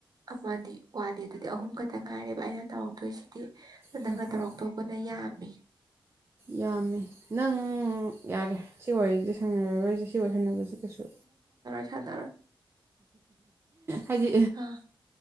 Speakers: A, on the right; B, on the right.
A: ꯑꯃꯗꯤ ꯋꯥꯠꯂ ꯑꯗꯨꯗꯤ ꯑꯍꯨꯝ ꯈ ꯇ ꯉꯥꯏꯔꯤꯕꯕ ꯑꯩꯍ ꯇꯧꯔꯛꯇꯣꯏꯁꯤꯗꯤ
B: ꯍꯣꯏ
A: ꯅꯪꯅ
B: ꯍꯣꯏ
A: ꯇꯧꯔꯛꯇꯣꯛꯧꯕꯅ ꯌꯥꯝ ꯕꯤ
B: ꯌꯥꯝꯃꯤ ꯅꯪ ꯌꯥꯔꯦ ꯁꯤ ꯋꯥꯔꯤꯁꯦ ꯁꯪꯅꯔꯔꯣꯏꯁꯦ ꯁꯤ ꯋꯥꯏꯊꯅꯒꯖꯤ ꯀꯁꯨ
A: ꯆꯗꯔ
B: ꯍꯥꯏꯗꯤ
A: ꯑꯥ